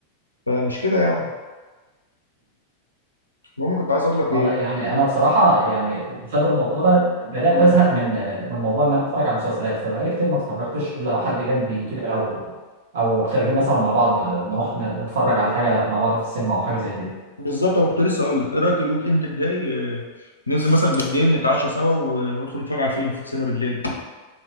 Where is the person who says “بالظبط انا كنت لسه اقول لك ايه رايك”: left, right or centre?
Left